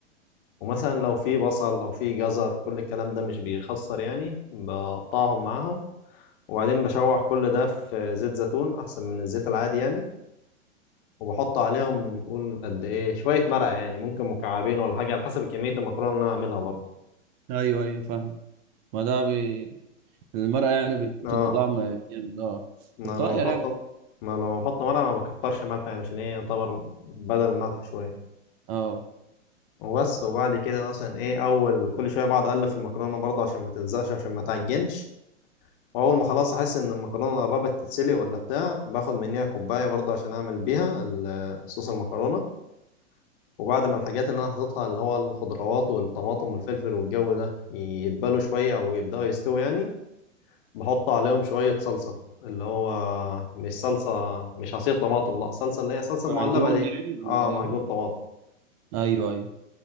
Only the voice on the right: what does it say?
ايوه ايوه فاهمه ما ده بي... المرقه يعني بتدي
طعم جامد اه
بتطير
يعني
اه
معجون
يعني ولا
ايه
ايوه ايوه